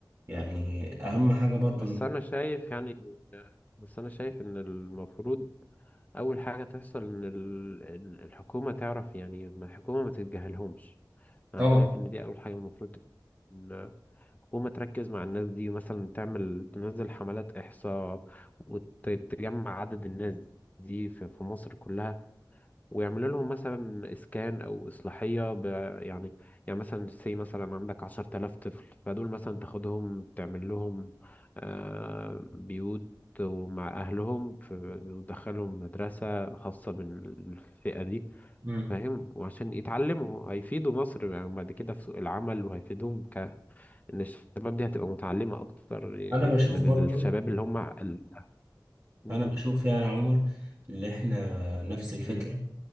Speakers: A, on the right; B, on the left.
A: يعني أهم حاجة برضو
B: بس
A: إن-
B: انا شايف يعني بس انا شايف ان المفروض اول حاجه تحصل ان ال- ال- الحكومه تعرف يعني ما الحكومه ما تتجاهلهمش انا
A: طبعا
B: شايف ان دي اول حاجه المفروض ال- الحكومه تركز مع الناس دي مثلا تعمل تنزل حملات احصاء وتجمع عدد الناس دي في في مصر كلها ويعملوا لهم مثلا اسكان او اصلاحيه ب... يعني يعني مثلا سي مثلا عندك 10000 طفل فدول مثلا تاخدهم تعمل لهم آه، بيوت ومع اهلهم ف- وتدخلهم مدرسه خاصه بالفئه دي
A: مم.
B: فاهم وعشان يتعلموا هيفيدوا مصر يعني بعد كده في سوق العمل وهيفيدهم ك ان الشباب دي هتبقى متعلمه اكتر يعني
A: أنا بشوف
B: من
A: برضو
B: الشباب اللي هم ال... م-
A: أنا بشوف يعني يا عمر اللي إحنا نفس الفكرة
B: م-